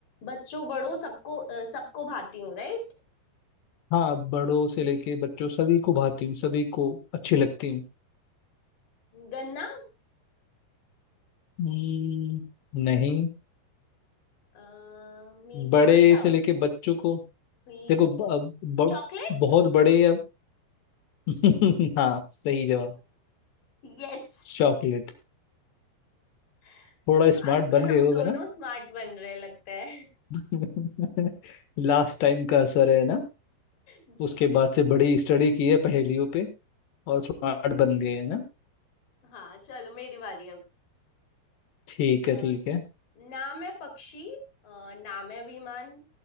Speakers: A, on the left; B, on the left.
A: बच्चों बड़ों सबको अ, सबको भाती हूँ राइट
B: हाँ बड़ों से लेके बच्चों सभी को भाती हूँ सभी को अच्छी लगती हूँ
A: गन्ना
B: हम्म, नहीं
A: अ, मीठा
B: बड़े
A: क्या
B: से
A: होता
B: लेके
A: है
B: बच्चों को
A: स्वीट
B: देखो ब, ब,
A: चॉकलेट
B: बहुत बड़े या <laughs> हाँ सही जवाब
A: यस
B: चॉकलेट
A: <laughs>
B: थोड़ा
A: चलो
B: स्मार्ट
A: आजकल
B: बन गए
A: हम
B: होगा
A: दोनों
B: ना
A: स्मार्ट बन रहे लगता है <laughs>
B: <laughs> लास्ट टाइम का असर है ना
A: जी
B: उसके
A: बिल्कुल
B: बाद से बड़ी स्टडी की है पहेलियों पे और स्मार्ट बन गए है ना
A: हाँ चलो मेरी बारी अब
B: ठीक
A: अ,
B: है ठीक है
A: नाम है पक्षी अ, नाम है विमान